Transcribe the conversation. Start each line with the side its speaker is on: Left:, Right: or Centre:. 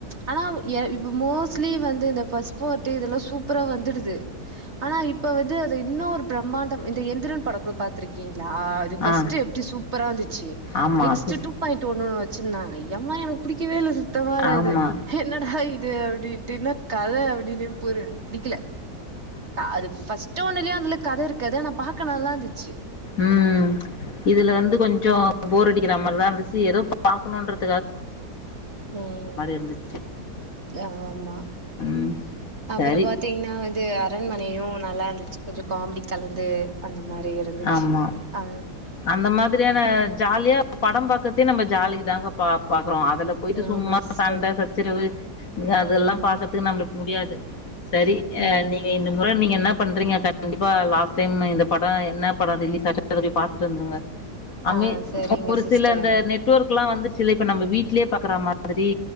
Right: ஆனா இப்ப மோஸ் ஸ்லிவ் வந்து இந்த பஸ்பர்டு இத்தலம் சூப்பரா வந்துடுது ஆனா இப்ப வந்து அத இன்னொ ஒரு பிரம்மாண்டம் இந்த எந்திரன் படம் கூட பாத்திருக்கீங்க யா அது பாஸ்டு
Left: ஆ
Right: எப்படி சூப்பரா இருந்துச்சு
Left: ஆமா
Right: நெக்ஸ்ட்டு
Left: அது
Right: ஒண்ணு வச்சிருந்தா ஐயம்மா எனக்கு பிடிக்கவே இல்ல இந்த மாதிரிது
Left: ஆமா
Right: என்னட <unintelligible> அப்படட்டுனா கத விட் <unintelligible> புடிக்கல அது ஃபர்ஸ்ட்டு ஒன்னுளியே அவளுக் கதை இருக்காது ஆனா பாக்க நல்லா இருந்துச்சு
Left: உம்
Right: ம்
Left: இதுல வந்து கொஞ்சம் போரடிக்கிற மாரிதான் இருந்துச்சி ஏதோ பாக்கணுன்றது
Right: உம்
Left: இருந்துச்சு
Right: ஆமா
Left: ம்
Right: அப்புறம்
Left: சரி
Right: பாத்தீங்கன்னா வந்து அரண்மனையும் நல்லா கொஞ்சம் காமெடி கலந்து அந்த மாரி இருந்துச்சு
Left: ஆமா
Right: ஆ
Left: அந்த மாதிரியான ஜாலியா படம் பாக்கத்தே நம்ம ஜாலிதாங்க பா பாக் அப்புறம் அதுல போயிட்டு சும்மா
Right: ஆமா சிஸ்டர்
Left: சண்டை சச்சரவு இது அதெல்லாம்
Right: ம்
Left: பாக்குறதுக்கு நம்லுக் முடியாது செரி
Right: ம்
Left: நீங்க இந்த முறை நீங்க என்ன பண்றீங்க கண்டிப்பா லாஸ்ட் டைம் இந்த படம் என்ன படம் ரிலீஸ் அச்சோ அத போய் பாத்துட்டு வந்துருங்க அமிர்
Right: ஆ சரிங்க
Left: ஒரு
Right: சிஸ்டர்
Left: சில அந்த நெட்வொர்க் வந்துச்சுல இப்ப நம்ம வீ்ட்லயே பாக்குற மாரி